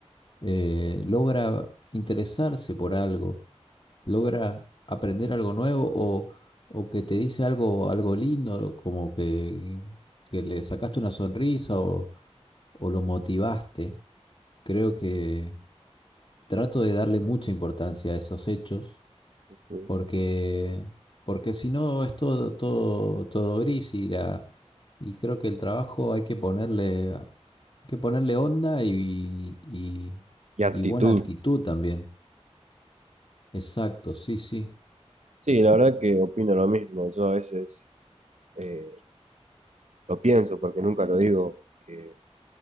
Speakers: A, on the left; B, on the right.
A: eh, logra interesarse por algo, logra aprender algo nuevo o, o que te dice algo, algo lindo, como que, que le sacaste una sonrisa o o lo motivaste Creo que trato de darle mucha importancia a esos hechos
B: sí.
A: porque, porque si no es todo, todo, todo gris y, la, y creo que el trabajo hay que ponerle, hay que ponerle onda y, y,
B: Y actitud.
A: y buena actitud también. Exacto, sí, sí.
B: Sí, la verdad que opino lo mismo. Yo a veces eh, lo pienso porque nunca lo digo que